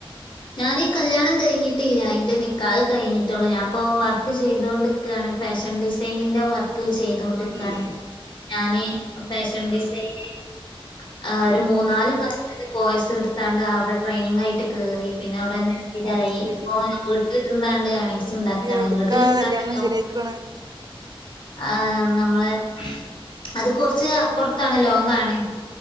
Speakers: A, on the left (about 55°); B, on the right (about 45°).
A: ഞാനീ കല്യാണം കഴിഞ്ഞിട്ടില്ല ഇന്റെ നിക്കാഹ് കഴിഞ്ഞിട്ടുള്ളു. ഞാൻ ഇപ്പം വർക്ക് ചെയ്തോണ്ടിക്കാണ് ഫേഷൻ ഡിസൈനിന്റെ വർക്ക് ചെയ്തൊണ്ടിരിക്കാണ്
B: ഏഹ്
A: ഞാന് ഫാഷൻ ഡിസൈന് ആ്ഹ് ഒരു മൂന്നാല് മാസത്തെ കോഴ്സ് എടുത്താണ്ട് അവിടെ ട്രെയിനിങ് ആയിട്ട് കേറി പിന്നെ അവിടെന്നെ സ്ഥിരായി
B: അത് ശരി
A: ഇപ്പ ഞാൻ വീട്ടില് നിന്നാണ്ട് ഏണി സ് ഇണ്ടാക്കാണ്
B: എവിടുക്കാ
A: വീട്ടിലിരുന്ന
B: കല്യാണം
A: പിന്നേ
B: ശരിയായിക്കോണ്
A: ആഹ് നമ്മളെ അത് കുറച്ച് അപ്പുറത്താണ് ലോങ്ങാണ്.